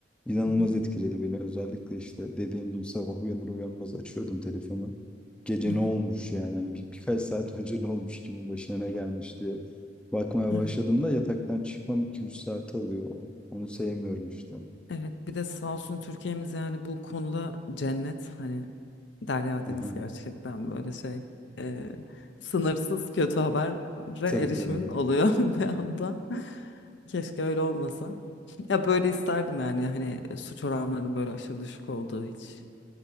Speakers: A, in the centre; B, on the left.
A: İnanılmaz
B: Hı hı.
A: etkiledi beni. Özellikle işte dediğim gibi sabah uyanır uyanmaz açıyordum telefonu. Gece
B: Hı hı.
A: ne olmuş yani hani bir, birkaç saat <laughs> önce ne olmuş kimin başına ne gelmiş diye bakmaya
B: Evet.
A: başladığımda yataktan çıkmam iki üç saate alıyor. O- Onu sevmiyorum işte.
B: Evet bir de sağ olsun Türkiye'miz yani bu konuda cennet hani Derya Deniz
A: Aha.
B: gerçekten böyle şey e, sınırsız kötü habere
A: Tabii
B: erişimin
A: tabii.
B: oluyor <laughs> bir anda. Keşke öyle olmasa. Ya böyle isterdim yani hani suç oranlarının böyle aşırı düşük olduğu hiç